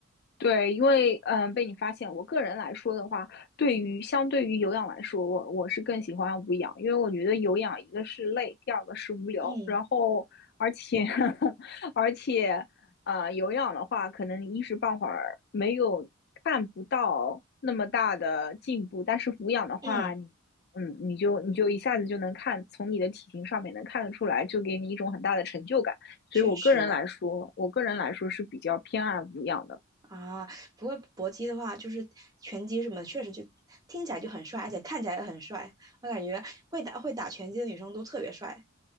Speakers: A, on the left; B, on the right.
A: 对，因为嗯、呃被你发现，我个人来说的话，对于相对于有氧来说，我我是更喜欢无氧，因为我觉得有氧一个是累，第二个是无聊，
B: 嗯
A: 然后而且 <laughs> 而且呃有氧的话，可能一时半会儿没有看不到那么大的进步，但是无氧的话，
B: 嗯，
A: 你嗯你就你就一下子就能看，从你的体型上面能看得出来，就给你一种很大的成就感。
B: 确实
A: 所以我个人来说，我个人来说是比较偏爱无氧的。
B: 啊。不过搏击的话，就是拳击什么的，确实就听起来就很帅，而且看起来也很帅。我感觉会打会打拳击的女生都特别帅。